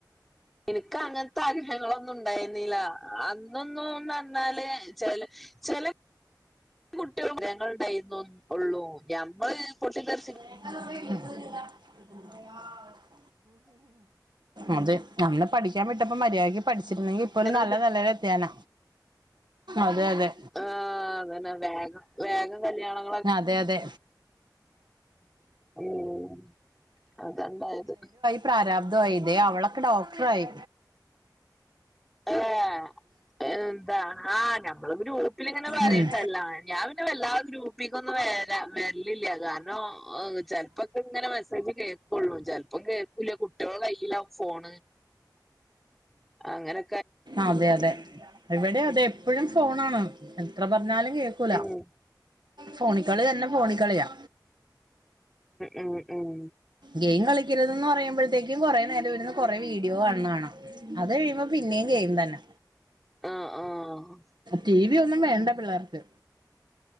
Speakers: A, in the centre; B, on the right.
A: എനിക്ക് അങ്ങൻത്തെ ആഗ്രഹങ്ങളൊന്നുണ്ടായ്ന്നില. അന്നെന്നു ന്നർഞ്ഞാല് ചല ചെല കുട്ടി ടൈമം ഉള്ളൂ ഞമ്മൾ പൊട്ടി തെർപ്
B: <inaudible> അതെ അന്ന് പഠിക്യാൻ വിട്ടപ്പോ മര്യാക് പഠിച്ച് ട്ട്ണ്ടങ്കി ഇപ്പോര്
A: അങ്ങനെ
B: നല്ല നെലേല് എത്യേന അതെ അതെ.
A: ആഹ് അതന്നെ വേഗം വേഗം കല്യാണം
B: അതെ അതെ
A: ഉം അതണ്ടായത്
B: പ്രാരാബ്ദ്യായിലെ അവളൊക്കെ ഡോക്ടറായി
A: ഏഹ് എന്താ ആഹ് ഞമ്മള് ഗ്രൂപ്പിലിങ്ങനെ പറിം
B: ഉം
A: അല്ലാ ഞാൻ വല്ലാ ഗ്രൂപ്പിക്കൊന്നും വരാ വര്ലില്ല കാരണം ചെൽപ്പൊക്കെ ങ്ങനെ മെസേജ് കേക്കുള്ളൂ പെൽപ്പം കേ ക്കുല്യ കുട്ട്യോളകയ്യിലാം ഫോണ് അങ്ങനെ
B: അതെ അതെ ഇവിടെ അതെ എപ്പഴും ഫോണാണ് എത്ര പറഞ്ഞാലും കേക്കൂല
A: ഉം
B: ഫോണിക്കളി തന്നെ ഫോണികളിയാ
A: ഉം ഉം ഉം
B: ഗെയിം കളിക്കരുതന്ന് പറയുമ്പോഴത്തേക്കും കുറെ നേരം ഇരുന്ന് കൊറെ വീഡിയോ കാൺണ ണാം അത് കഴിയുമ്പോ പിന്നേം ഗെയിം തന്നെ
A: ആഹ് ആഹ്
B: ടി വി ഒന്നും വേണ്ട പിള്ളേർക്ക്